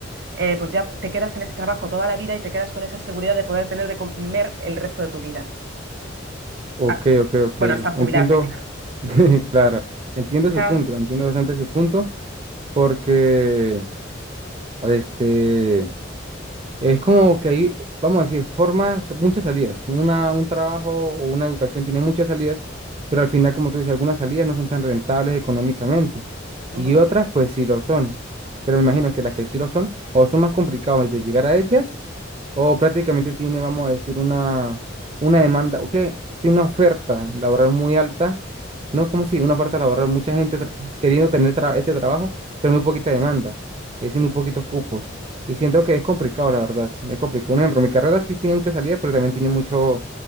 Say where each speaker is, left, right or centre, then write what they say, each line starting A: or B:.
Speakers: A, on the right (about 55°); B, on the right (about 30°).
A: eh, pues ya te quedas en ese trabajo toda la vida y te quedas con esa seguridad de poder tener de comer el resto de tu vida.
B: Ok,
A: Ah,
B: ok, ok.
A: bueno, hasta jubilarte,
B: Entiendo,
A: claro.
B: <laughs> claro, entiendo
A: Chao.
B: su punto, entiendo bastante su punto, porque este es como que hay, vamos a decir, formas, muchas salidas. Una, un trabajo o una educación tiene muchas salidas, pero al final, como tú dices, algunas salidas no son tan rentables económicamente.
A: Ujú.
B: Y otras, pues sí lo son. Pero me imagino que las que sí lo son, o son más complicadas de llegar a ellas, o prácticamente tiene, vamos a decir, una, una demanda, o que tiene una oferta laboral muy alta, no como si una oferta laboral, mucha gente tra- queriendo tener tra- ese trabajo, pero muy poquita demanda, es decir, muy poquitos cupos. Y siento que es complicado, la verdad, es complicado. Un ejemplo, mi carrera sí tiene mucha salida, pero también tiene mucho,